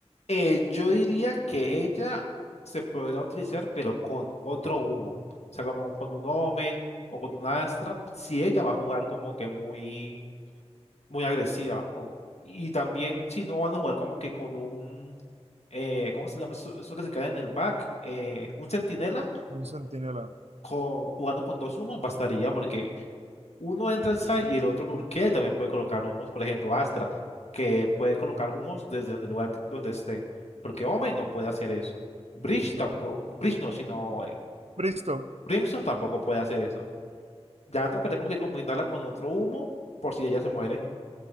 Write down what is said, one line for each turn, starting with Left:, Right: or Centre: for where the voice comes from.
Left: Eh, yo diría que ella se podrá utilizar, pero con otro humo. O sea, como con un Omen o con una Astra, si ella va a jugar como que muy, muy agresiva. o- y también si no van a jugar como que con un, eh, ¿cómo se llama eso, eso que se cae en el back? Eh, un centinela
Right: Un centinela,
Left: con, jugando con dos humos bastaría porque uno entra al site y el otro lurkea y también puede colocar humos. Por ejemplo, Astra, que puede colocar humos desde donde el lugar donde esté. Porque Omen no puede hacer eso. Breach
Right: exacto.
Left: tampoco. Breach no, sino eh,
Right: Bristo,
Left: Brimstone tampoco puede hacer eso. Ya tocaría como que combinarla con otro humo por si ella se muere.